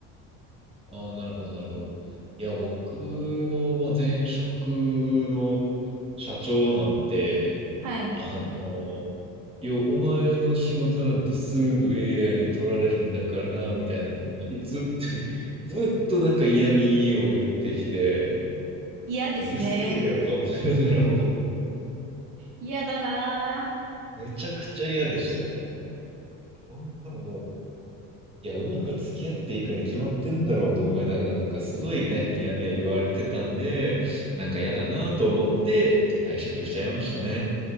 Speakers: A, on the right (about 15°); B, on the right (about 65°).
A: ああ、なるほどなるほど。いや、僕の、まあ、前職の社長なんて、
B: はい。
A: あのはい。の、いや、お前の仕事なんてすぐ AI に取られるんだからな、みたいなの、もうずっと、<laughs> ずっとなんか嫌味を言ってきて、
B: 嫌ですね。
A: うるせえよと思いながらも、
B: 嫌だなぁ。
A: めちゃくちゃ嫌でしたね。こんなのもう、いや、うまく付き合っていくに決まってんだろうと思いながら、なんかすごいね、嫌味を言われてたんで、なんか嫌だなと思って退職しちゃいましたね。